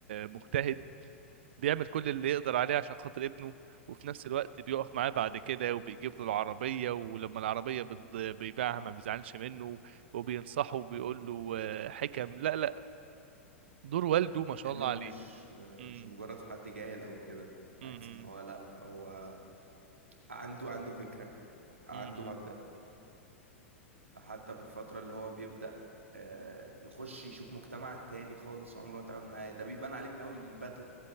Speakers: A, on the right; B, on the right.
A: مجتهد بيعمل كل اللي يقدر عليه عشان خاطر ابنه وفي نفس الوقت بيقف معاه بعد كده وبيجيب له العربية ولما العربية بت- بيبيعها ما بيزعلش منه وبينصحه وبيقول له آه، حكم لا لا دور والده ما شاء
B: ان
A: الله
B: هو
A: عليه
B: مش مش
A: امم
B: مجرد حد جاهل او كده بالعكس
A: امم
B: ان هو لا هو عنده عنده فكرة عنده
A: امم
B: مبدأ حتى في الفترة اللي هو بيبدأ آه، يخش يشوف مجتمع تاني خالص وعمره ما اتعامل معاه ده بيبان عليه من اول البدلة